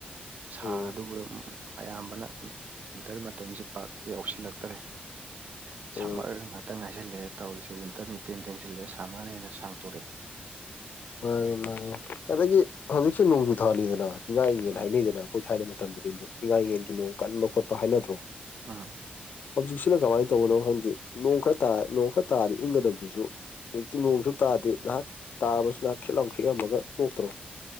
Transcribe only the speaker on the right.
ꯁꯥꯗꯨꯒ
ꯎꯝ ꯎꯝ ꯑꯌꯥꯝꯕꯅ ꯋꯤꯟꯇꯔ ꯃꯇꯝꯁꯦ ꯄꯥꯛ ꯌꯥꯎꯁꯜꯂꯛꯇ꯭ꯔꯦ
ꯁꯝꯃꯔ ꯉꯥꯛꯇ ꯉꯥꯏꯁꯤꯜꯂꯛꯑꯦ ꯇꯧꯔꯤꯁꯦ ꯋꯤꯟꯇꯔꯅ ꯏꯇꯦꯟ ꯇꯦꯟꯁꯤꯜꯂꯛꯑꯦ ꯁꯝꯃꯔ ꯍꯦꯟꯅ ꯁꯥꯡꯇꯣꯔꯛꯑꯦ
ꯎꯝ
ꯎꯝ